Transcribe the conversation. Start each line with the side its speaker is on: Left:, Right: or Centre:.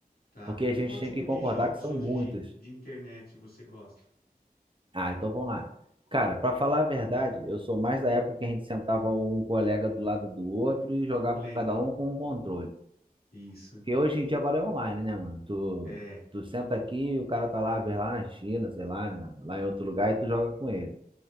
Left: tá?
Right: porque a gente
Left: E qual
Right: tem
Left: tipo
Right: que concordar
Left: de jogos
Right: que são
Left: hoje
Right: muitas.
Left: de, de internet você gosta?
Right: Ah, então vamos lá. Cara, pra falar a verdade, eu sou mais da época que a gente sentava um colega do lado do outro e jogava
Left: Lembro.
Right: cada um com um controle.
Left: Isso.
Right: Porque hoje em dia agora é online, né, mano? Tu,
Left: É.
Right: tu senta aqui, o cara tá lá, vê lá na China, sei lá, né? Lá em outro lugar e tu joga com ele.